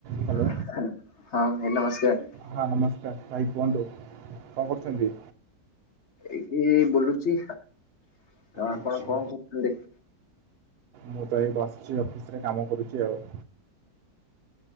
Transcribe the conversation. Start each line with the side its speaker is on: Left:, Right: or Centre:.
Right: Hello
Left: ହ ହଁ ନମସ୍କାର।
Right: ହଁ ନମସ୍କାର ଭାଇ କୁହନ୍ତୁ କଣ କରୁଛନ୍ତି?
Left: ଏଇଠି ବୁଲୁଛି ଆଉ ଆପଣ
Right: ଆଚ୍ଛା
Left: କଣ କରୁଥିଲେ?
Right: ମୁଁ ତ ଏ ବସିଛି ଅଫିସରେ କାମ କରୁଛି ଆଉ।